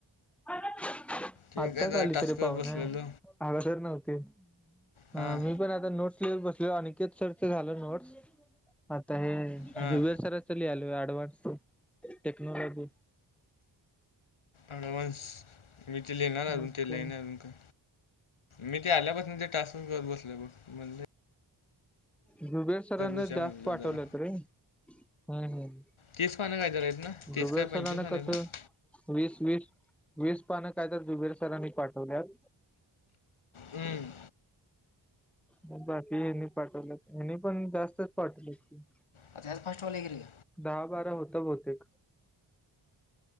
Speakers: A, in the centre; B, on the left.
A: <unintelligible>
B: ते
A: आत्ताच
B: काय जरा
A: आली
B: टास्क
A: तरी
B: करत
A: पाहुणं.
B: बसलेलो
A: अगदर नव्हते
B: हां
A: ह मी पण आता नोट्स लिहत बसलो अनिकेत सर च झालं नोट्स आता हे
B: हां
A: जुवेर सराच लिहालोय अडवांस. टेक्नॉलॉजी.
B: अडवान्स मी ते लिहणाराय
A: मग
B: अजून ते
A: काय
B: लिहाय नई अजून काय. मी ते आल्यापासनच नाही ते टास्क करत बसलोय ब म्हणजे.
A: जुबेर सरांना
B: बसूया
A: जास्त
B: म्हणलं
A: पाठवल्यात
B: जरा
A: रे हम् हम
B: तीस पानं काय जरा आहेत ना तीस
A: जुबेर
B: काय पंचवीस
A: सरांना
B: पानं
A: कसं?
B: आहेत ना
A: वीस वीस वीस पानं काय तर जुबेर सरांनी पाठवल्यात.
B: हम्म.
A: बाकीच्यांनी पाठवल्यात हेनी पण जास्तच पाठवल्यात की.
B: <unintelligible> फास्ट व्हालय की रे.
A: दहा बारा होत बहुतेक.